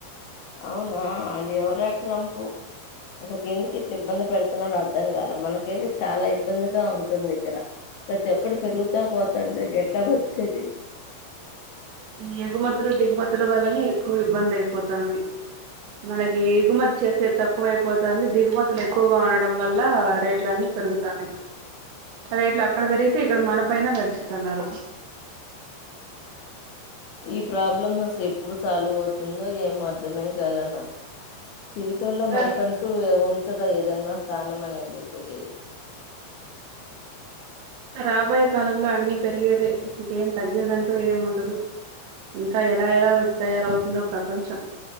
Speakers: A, on the left (about 75°); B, on the right (about 80°).
A: అవునా అది ఎవరా ట్రంప్ అసకి ఎందుకు ఇట్లా ఇబ్బంది పెడుతున్నాడుో అర్థం కాల మనకైతే చాలా ఇబ్బందిగా ఉంటుంది ఇక్కడ ప్రతి ఒక్కడు పెరుగుతా పోతంటే ఎట్లా బతికేది
B: ఈ ఎగుమతులు దిగుమతుల వల్లనే ఎక్కువ ఇబ్బంది అయిపోతంది మనకి ఎగుమతి చేస్తే తక్కువైపోతంది దిగుమతులు ఎక్కువగా ఉండడం వల్ల రేట్లు అన్నిీ పెరుగుతాన్నాయి రేట్లు అక్కడ పెరిగితే ఇక్కడ మన పైన పెంచుతున్నారు
A: ఈ ప్రాబ్లమ్ అసలు ఎప్పుడు సాల్వ్ అవుతుందో ఏమో అర్థమే గాల నాకు జీవితంలో
B: ఇంకా
A: మనకంటూ ఏదన్నా స్థానం అనేది తెలిల
B: ఇంకా రాబోయే కాలంలో అన్ని పెరిగేదే ఇంకేం తగ్గేదంటూ ఏం ఉండదు ఇంకా ఎలా ఎలా తయారవుతుందో ప్రపంచం